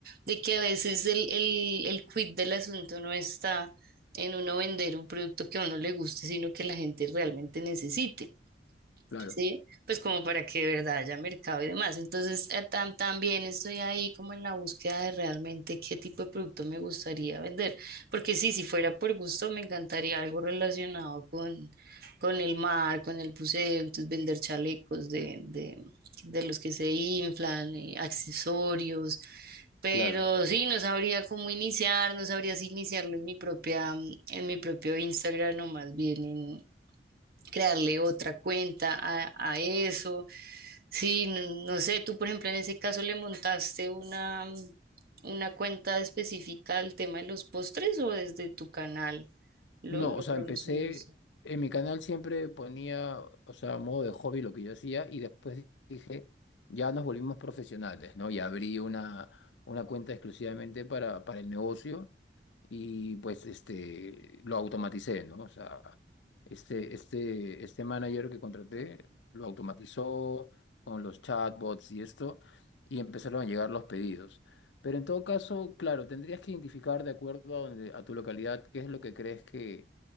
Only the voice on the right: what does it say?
de que a veces el, el, el quid del asunto no está en uno vender un producto que a uno le guste, sino que la gente realmente necesite.
¿sí? Pues como para que de verdad haya mercado y demás. Entonces, eh, tam- también estoy ahí como en la búsqueda de realmente qué tipo de producto me gustaría vender. Porque sí, si fuera por gusto, me encantaría algo relacionado con, con el mar, con el buceo, entonces vender chalecos de, de, de los que se inflan, eh, accesorios. Pero
sí, no sabría cómo iniciar, no sabría si iniciarlo en mi propia, en mi propio Instagram o más bien en, crearle otra cuenta a, a eso. Sí, no, no sé, tú por ejemplo en ese caso le montaste una, una cuenta específica al tema de los postres o desde tu canal lo,
lo
promocionaste.